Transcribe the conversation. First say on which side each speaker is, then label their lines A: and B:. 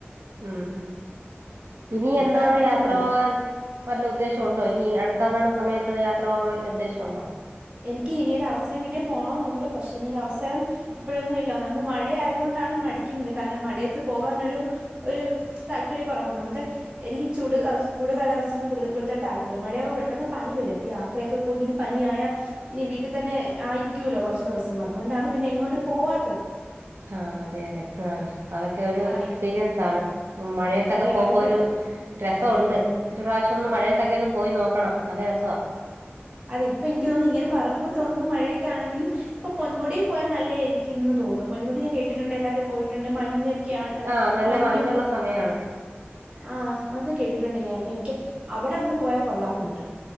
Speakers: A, on the right; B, on the right.
A: ഉം ഉം ഇനി എന്നാണ്
B: കാടിനുള്ളിലാണ്
A: യാത്രപോകാൻ വല്ല ഉദ്ദേശവൊണ്ടോ ഇനി അടുത്തെങ്ങാണും സമയത്ത് യാത്ര പോകാൻ വല്ല ഉദ്ദേശൊവൊണ്ടോ
B: എനിക്ക് ഇനിയൊരു അവസരം കിട്ടിയാ പോണോന്നൊണ്ട് പക്ഷേ ഇനിയൊരവസരം ഇപ്പോഴൊന്നുവില്ല ഒന്നാമത് മഴ ആയത് കൊണ്ടാണ് മടിക്കുന്നത് കാരണം മഴയത്ത് പോവാനൊരു ഒരു താല്പര്യകൊറവ് ഒന്നാമത്തെ എനിക്ക് ചൂട് ചൂട്കാലാവസ്ഥയാണ് കൂട് കൂടുതൽ താല്പര്യം മഴയാവുമ്പൊ പെട്ടെന്ന് പനി വരും അപ്പൊ യാത്രയൊക്കെ പ്പോയിനി പനിയായ ഇനി വീട്ടിതന്നെ ആയിരിക്കൂല്ലോ കൊറച്ച് ദിവസം അതുകൊണ്ടാണ് പിന്നെ എങ്ങോട്ടും പോവാ
A: ആഹ് അതെ അതെ ആഹ് അതൊക്കെ ഒരു
B: ആ
A: എക്സ്പീരിയൻസാണ് ഉം മഴയത്തൊക്കെ
B: അതെ അതെ
A: പോമ്പൊ
B: അതൊക്കെ
A: ഒരു രസവൊണ്ട് ഒരു പ്രാവശ്യൊന്ന് മഴയത്തൊക്കെന്ന് പോയി നോക്കണം നല്ല രസവ
B: അതെ ഇപ്പൻക്ക് തോന്നുന്നു ഇങ്ങനെ പറഞ്ഞപ്പോ തോന്നുന്നു മഴയക്കെയാണെങ്കിലും ഇപ്പൊ പൊന്മുടി പോയാ നല്ലയായിരിക്കുന്ന് തോന്നുന്നു പൊന്മുടി ഞാൻ കേട്ടിട്ടുണ്ട് എല്ലാരും പോയിട്ടുണ്ട് മഞ്ഞ് ക്കെയാണ് അല്ല
A: ആഹ് നല്ല
B: മഞ്ഞും
A: മഞ്ഞുള്ള സമയാണ്
B: ആഹ് അത് കേട്ടിട്ടൊണ്ട് ഞാനപ്പൊ എൻക്ക് അവിടൊന്ന് പോയാ കൊള്ളാന്നൊണ്ട്